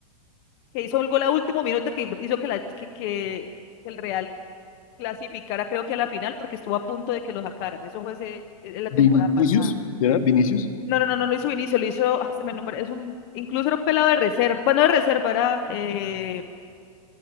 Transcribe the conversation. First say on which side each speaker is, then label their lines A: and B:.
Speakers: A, on the left; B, on the left.
A: que hizo un gol a último minuto que hizo que, la, que, que el Real clasificara, creo que a la final, porque estuvo a punto de que lo sacaran. Eso fue ese- en la
B: Vinicius,
A: temporada pasada.
B: ¿era Vinicius?
A: No, no, no, no lo hizo Vinicio, lo hizo, ah, se me nombra, es un, incluso era un pelado de reserva, bueno, de reserva, era eh,